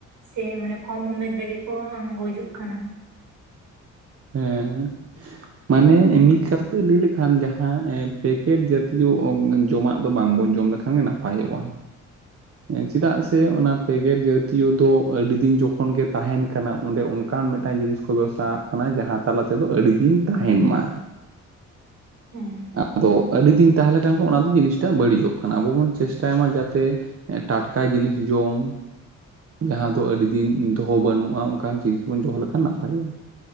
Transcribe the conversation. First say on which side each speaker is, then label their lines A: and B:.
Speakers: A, on the right (about 75°); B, on the right (about 50°).
A: ᱥᱮ ᱢᱟᱱᱮ ᱠᱚᱢ ᱩᱢᱮᱨ ᱨᱮᱜᱮ ᱠᱚ ᱜᱩᱡᱩᱜ ᱠᱟᱱᱟ
B: ᱦᱮᱸ ᱢᱟᱱᱮ ᱢᱤᱫ ᱠᱟᱛᱷᱟ ᱛᱮ ᱞᱟᱹᱭ ᱞᱮᱠᱷᱟᱱ ᱡᱟᱦᱟᱸ ᱯᱮᱠᱮᱴ ᱡᱟᱹᱛᱤᱭᱚ ᱡᱚᱢᱟᱜ ᱫᱚ ᱵᱟᱝᱵᱚᱱ ᱡᱚᱢ ᱞᱮᱠᱷᱟᱱ ᱜᱮ ᱱᱟᱯᱟᱭᱚᱜ-ᱟ ᱪᱮᱫᱟᱜ ᱥᱮ ᱚᱱᱟ ᱯᱮᱜᱮᱞ ᱡᱟᱹᱛᱤᱭᱚ ᱫᱚ ᱟᱹᱰᱤ ᱫᱤᱱ ᱡᱚᱠᱷᱚᱱ ᱜᱮ ᱛᱟᱦᱮᱱ ᱠᱟᱱᱟ ᱚᱸᱰᱮ ᱚᱱᱠᱟᱱ ᱢᱤᱫᱴᱟᱝ ᱡᱤᱱᱤᱥ ᱠᱚ ᱠᱚ ᱢᱮᱥᱟᱣᱟᱜ ᱠᱟᱱᱟ ᱡᱟᱦᱟᱸ ᱛᱟᱞᱟ ᱛᱮᱫᱚ ᱟᱹᱰᱤ ᱫᱤᱱ ᱛᱟᱦᱮᱱ ᱢᱟ
A: ᱦᱮᱸ
B: ᱟᱫᱚ ᱟᱹᱰᱤ ᱫᱤᱱ ᱛᱟᱦᱮ ᱞᱮᱠᱷᱟᱱ ᱜᱮ ᱚᱱᱟ ᱫᱚ ᱡᱤᱱᱤᱥᱴᱟᱜ ᱵᱟᱹᱲᱤᱡᱚᱜ ᱠᱟᱱᱟ᱾ ᱟᱵᱚ ᱵᱚᱱ ᱪᱮᱥᱴᱟᱭ ᱢᱟ ᱡᱟᱛᱮ ᱴᱟᱴᱠᱟ ᱡᱤᱱᱤᱥ ᱡᱚᱢ ᱡᱟᱦᱟᱸ ᱫᱚ ᱟᱹᱰᱤ ᱫᱤᱱ ᱫᱚᱦᱚ ᱵᱟᱹᱱᱩᱜᱼᱟ ᱚᱱᱠᱟᱱ ᱡᱤᱱᱤᱥ ᱵᱚᱱ ᱫᱚᱦᱚ ᱞᱮᱠᱷᱟᱱ ᱱᱟᱯᱟᱭᱚᱜᱼᱟ।